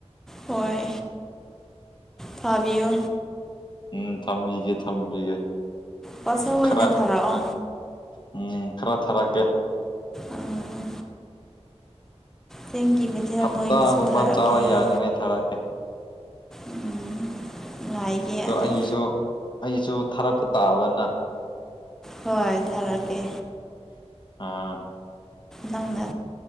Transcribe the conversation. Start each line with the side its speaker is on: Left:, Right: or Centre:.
Centre: ꯍꯣꯏ ꯐꯥꯕꯤꯌꯣ
Left: ꯎꯝ ꯊꯝꯕꯤꯒꯦ ꯊꯝꯕꯤꯒꯦ
Centre: ꯄꯣꯠꯁꯧ ꯑꯣꯏꯅ
Left: ꯈꯔ
Centre: ꯊꯥꯔꯛꯑꯣ
Left: ꯎꯝ ꯈꯔ ꯊꯥꯔꯛꯀꯦ
Centre: ꯎꯝ ꯆꯤꯡꯒꯤ ꯃꯩꯊꯦꯜ
Left: ꯍꯞꯇꯥꯒꯨꯝꯕ
Centre: ꯅꯣꯏꯒꯤꯁꯨ ꯊꯥꯔꯛꯀꯦ
Left: ꯆꯥꯕ
Centre: ꯍꯥꯏ
Left: ꯌꯥꯅꯤꯉꯥꯏ ꯊꯥꯔꯛꯀꯦ
Centre: ꯎꯝ ꯉꯥꯏꯒꯦ ꯍꯥꯏ
Left: ꯑꯗꯣ ꯑꯩꯒꯤꯁꯨ ꯑꯩꯒꯤꯁꯨ ꯊꯥꯔꯛꯄ ꯇꯥꯕ ꯅꯪ
Centre: ꯍꯣꯏ ꯊꯔꯒꯦ
Left: ꯑꯥ
Centre: ꯅꯪꯅ